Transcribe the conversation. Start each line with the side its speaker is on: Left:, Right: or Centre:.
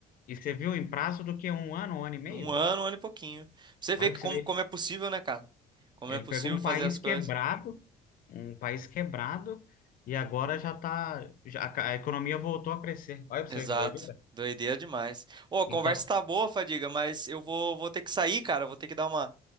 Left: e você viu em prazo do que um ano, um ano e meio?
Right: Um ano, um ano e pouquinho. Pra Você vê
Left: Olha
Right: que
Left: pra
Right: como,
Left: você ver
Right: como é possível, né, cara? Como
Left: Ele
Right: é possível
Left: pegou um
Right: fazer
Left: país
Right: as coisas.
Left: quebrado, um país quebrado, e agora já tá, já- a economia voltou a crescer. Olha pra
Right: Exato.
Left: você que doideira.
Right: Doideira demais. Ô, a conversa
Left: Então,
Right: tá boa, Fadiga, mas eu vou, vou ter que sair, cara. Vou ter que dar uma,